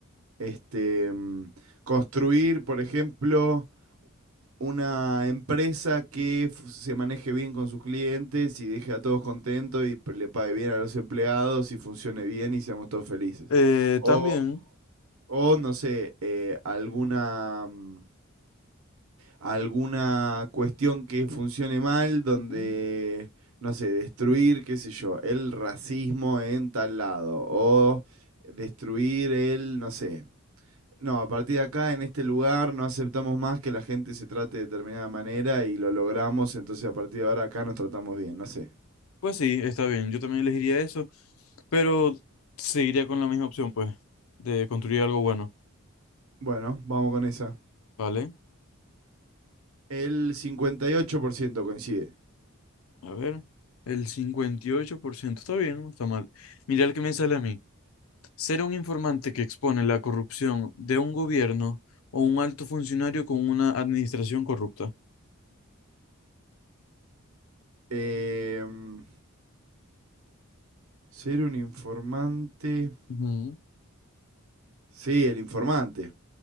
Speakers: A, on the right (about 80°); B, on the left (about 70°).
A: este, mm, construir, por ejemplo, una empresa que f- se maneje bien con sus clientes y deje a todos contentos y p- le pague bien a los empleados y funcione bien y seamos todos felices.
B: eh,
A: O,
B: también.
A: o, no sé, eh, alguna, mm, alguna cuestión que funcione mal donde,
B: Ujú.
A: no sé, destruir, qué sé yo, el racismo en tal lado o destruir el, no sé, no, a partir de acá, en este lugar, no aceptamos más que la gente se trate de determinada manera y lo logramos, entonces a partir de ahora acá nos tratamos bien, no sé.
B: Pues sí, está bien, yo también elegiría eso, pero seguiría con la misma opción, pues, de construir algo bueno,
A: Bueno, vamos con esa.
B: ¿vale?
A: El 58% coincide.
B: A ver, el 58% está bien, no está mal. Mira el que me sale a mí. Ser un informante que expone la corrupción de un gobierno o un alto funcionario con una administración corrupta.
A: Em, ser un informante.
B: Ujú.
A: Sí, el informante.